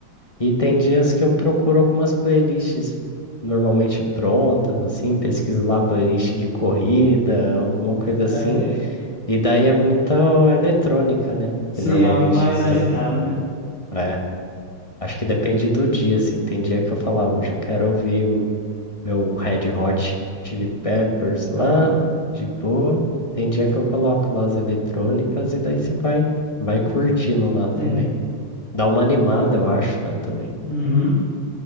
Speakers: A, on the left; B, on the left.
A: E tem dias que eu procuro algumas playlists normalmente prontas, assim, pesquiso lá playlist de corrida, alguma coisa
B: Saquei.
A: assim. E daí é muita eletrônica, né?
B: Sim,
A: Que normalmente
B: algo mais agitado,
A: tem.
B: né?
A: É, acho que depende do dia, assim. Tem dia que eu falo, "Ah, hoje eu quero ouvir o meu Red Hot Chili Peppers lá,
B: Aham,
A: de boa. Tem dia que eu coloco lá as eletrônicas e daí você vai, vai curtindo lá também.
B: entendi.
A: Dá uma animada, eu acho, né, também.
B: Uhum.